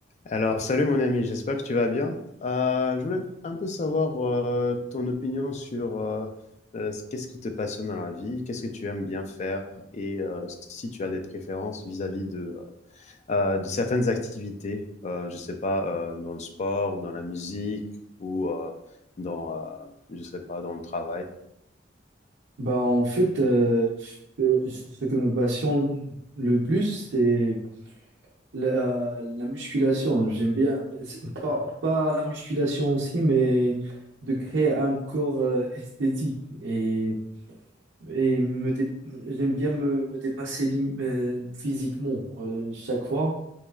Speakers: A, on the left; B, on the right.
A: Alors, salut mon ami, j'espère que tu vas bien. Euh, je voulais un peu savoir euh, ton opinion sur euh, euh, ce- qu'est-ce qui te passionne dans la vie, qu'est-ce que tu aimes bien faire et euh, si tu as des préférences vis-à-vis de, euh, euh, de certaines activités, euh, je sais pas, euh, dans le sport, dans la musique ou euh, dans, euh, je sais pas, dans le travail.
B: Bah, en fait, euh, euh, ce que me passionne le plus, c'est la, la musculation. J'aime bien, c'est pas, pas la musculation aussi, mais de créer un corps euh, esthétique. Et, et me dé- j'aime bien me, me dépasser lim- euh, physiquement euh, chaque fois.